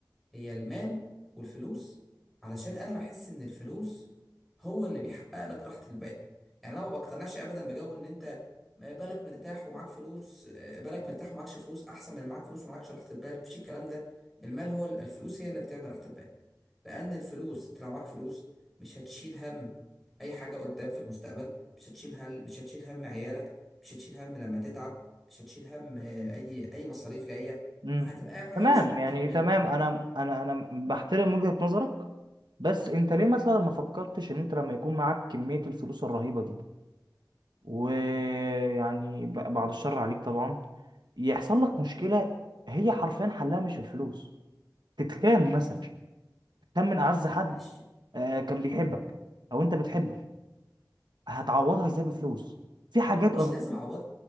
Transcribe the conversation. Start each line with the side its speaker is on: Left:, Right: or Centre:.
Centre: هي المال والفلوس علشان انا بحس ان الفلوس هو اللي بيحقق لك راحة البال يعني انا ما بقتنعش ابدا بجو ان انت بالك مرتاح ومعاك فلوس آه، بالك مرتاح ومعاكش فلوس احسن من معاك فلوس ومعاكش راحة البال مفيش الكلام ده المال هو الفلوس هي اللي بتعمل راحة البال لان الفلوس انت لو معاك فلوس مش هتشيل هم اي حاجة قدام في المستقبل مش هتشيل هم مش هتشيل هم عيالك مش هتشيل هم لما تتعب مش هتشيل هم آه، اي اي مصاريف جاية
Right: مم.
Centre: هتبقى عايش
Right: تمام
Centre: مطمن
Right: يعني تمام انا انا انا بحترم وجهة نظرك بس انت ليه مثلا ما فكرتش ان انت لما يكون معاك كمية الفلوس الرهيبة دي ويعني ب- بعد الشر عليك طبعا يحصل لك مشكلة هي حرفيا حلها مش الفلوس تتخان مثلا تتخان من اعز حد
Centre: ماشي
Right: آه، كان بيحبك او انت بتحبه هتعوضها ازاي بفلوس في حاجات
Centre: مش لازم اعوض